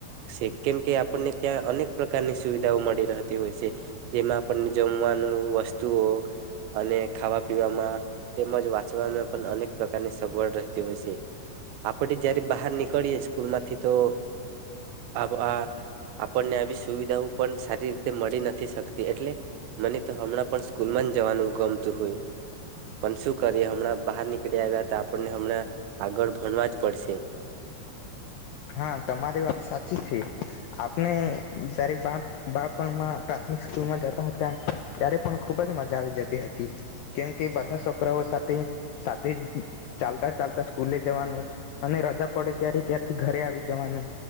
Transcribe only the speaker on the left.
હા તમારી વાત સાચી છે આપણે જયારે બા બાળપણમાં પ્રાથમિક સ્કૂલમાં જતા હતા ત્યારે પણ ખુબ જ મજા આવી જતી હતી કેમ કે બધા છોકરાઓ સાથે સાથે ચાલતા ચાલતા સ્કૂલે જવાનું અને રજા પડે ત્યારે ત્યાં ઘરે આવી જવાનું